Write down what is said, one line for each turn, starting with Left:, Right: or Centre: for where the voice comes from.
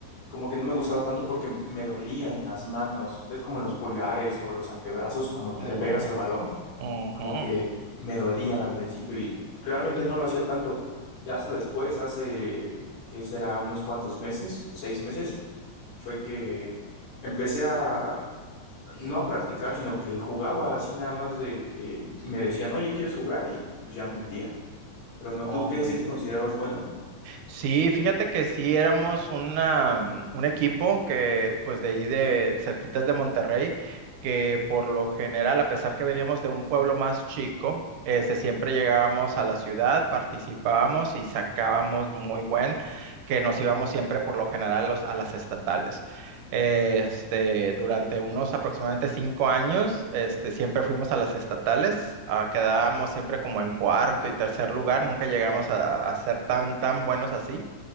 Left: como que no me gustaba tanto porque me dolían las manos. Es como los pulgares o los antebrazos cuando
Right: mm,
Left: le pegas al balón.
Right: ujú,
Left: como que me dolían al principio y realmente no lo hacía tanto. Ya hasta después, hace, ¿qué será? Unos cuantos meses, seis meses, fue que empecé a, no a practicar, sino que jugaba así nada más de que me decían, oye, ¿quieres jugar? Y pues ya me metía. Pero no,
Right: ok.
Left: ¿tú qué? si te considerabas bueno?
Right: Sí, fíjate que sí éramos una, mm, un equipo que, pues de ahí de cerquitas de Monterrey, que por lo general, a pesar que veníamos de un pueblo más chico, este, siempre llegábamos a la ciudad, participábamos y sacábamos muy buen, que nos íbamos siempre por lo general los- a las estatales. Este, durante unos aproximadamente cinco años, este, siempre fuimos a las estatales, ah, quedábamos siempre como en cuarto y tercer lugar, nunca llegamos a, a ser tan, tan buenos así.